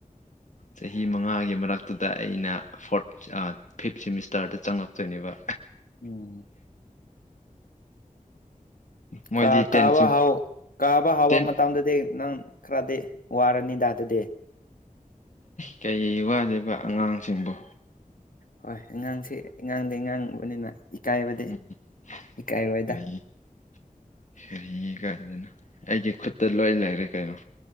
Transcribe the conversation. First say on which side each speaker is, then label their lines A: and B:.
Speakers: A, on the left (about 60°); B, on the left (about 80°).
A: ꯆꯍꯤ ꯃꯉꯥꯒꯤ ꯃꯔꯛꯇꯨꯗ ꯑꯩꯅ ꯐꯣꯔꯠ ꯐꯤꯞ ꯁꯦꯃꯤꯁꯇꯔꯗ ꯆꯪꯉꯛꯇꯣꯏꯅꯦꯕ
B: ꯎꯝ
A: ꯃꯣꯏꯗꯤ
B: ꯀ
A: ꯇꯦꯟ
B: ꯀꯥꯕ
A: ꯁꯦꯃꯤ
B: ꯍꯥꯎ ꯀꯥꯕ ꯍꯥꯎꯕ
A: ꯇꯦꯟ
B: ꯃꯇꯝꯗꯗꯤ ꯅꯪ ꯈꯔꯗꯤ ꯋꯥꯔꯅꯤꯗꯥ ꯑꯗꯨꯗꯤ
A: ꯀꯩ ꯋꯥꯗꯦꯕ ꯑꯉꯥꯡꯁꯤꯡꯕꯨꯣ
B: ꯍꯣꯏ ꯑꯉꯥꯡꯁꯤ ꯑꯉꯥꯡꯗꯤ ꯑꯉꯥꯡꯕꯅꯤꯅ ꯏꯀꯥꯏꯕꯗꯤ
A: <unintelligible>
B: ꯏꯀꯥꯏꯔꯣꯏꯗ
A: ꯀꯔꯤ ꯀꯥꯏꯗꯅ ꯑꯩꯒꯤ ꯈꯨꯠꯇ ꯂꯣꯏ ꯂꯩꯔꯦ ꯀꯩꯅꯣ